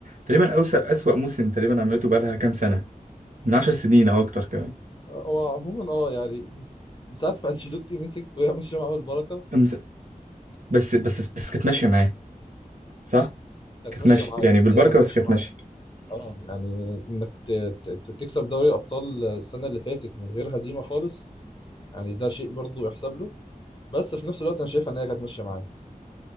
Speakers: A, on the right (about 60°); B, on the left (about 30°).
A: تقريبا أوسع أسوأ موسم تقريبا عملته بقالها كام سنة من عشر سنين أو أكتر كمان
B: هو عموما اه يعني من من ساعة ما <laughs> انشيلوتي مسك وهي ماشية معاه بالبركة
A: أمس- بس بس بس كانت ماشية معاه صح؟
B: كانت
A: كانت
B: ماشية
A: ماشية
B: معاه
A: يعني بالبركة
B: هي كانت ماشية
A: بس كانت
B: معاه
A: ماشية
B: اه يعني انك ت- ت- ت- تكسب دوري ابطال السنة اللي فاتت من غير هزيمة خالص يعني ده شيء برضه يحسب له بس في نفس الوقت انا شايف ان هي كانت ماشية معاه